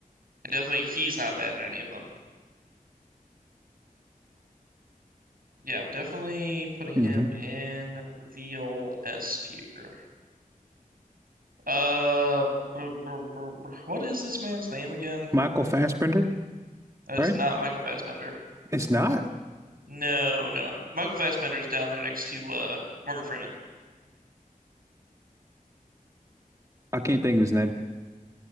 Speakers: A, on the right (about 80°); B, on the right (about 20°).
A: And definitely, he's not bad in any of them. Yeah, definitely putting
B: hmm
A: him in the old S tier. Uh, br- br- br- br- what is this man's name again?
B: Michael Fassbender,
A: That
B: right?
A: is not Michael Fassbender.
B: It's not.
A: No, no, Michael Fassbender is down there next to uh Morgan Freeman.
B: I can't think of his name.